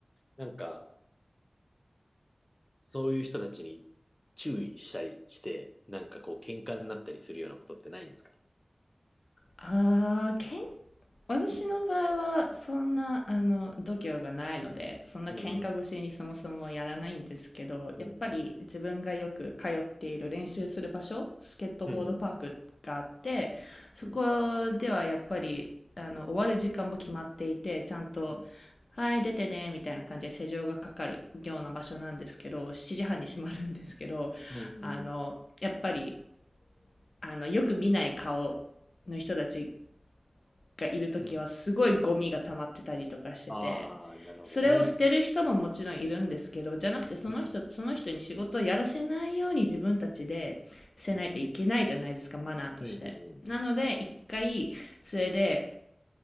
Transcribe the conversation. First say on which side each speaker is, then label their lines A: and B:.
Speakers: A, on the left (about 20°); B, on the left (about 75°).
A: なんか、そういう人たちに注意したりして、なんかこう、喧嘩になったりするようなことってないんですか
B: あー、健私の場合は、そんな、あの、度胸がないので、そんな喧嘩腰にそもそもやらないんですけど、
A: うんうん、うんうん、
B: やっぱり自分がよく通っている練習する場所、スケートボードパークがあって、
A: うん
B: そこではやっぱり、
A: うん、うん、
B: あの、終わる時間も決まっていて、ちゃんと、
A: う
B: はい、出てね、みたいな感じで施錠がかかるような場所なんですけど、7時半に閉まるんですけど、
A: ん、うん、
B: あの、
A: うん。
B: やっぱり、あの、よく見ない顔の人たちがいるときはすごいゴミが溜まってたりとかしてて、
A: うんああ、なるほどね。
B: それを捨てる人ももちろんいるんですけど、じゃなくてその人、
A: うん、
B: その人に仕事をやらせないように自分たちでせないといけないじゃないですか、
A: うん、
B: マナーとして。
A: うん、
B: なので、一回、それで、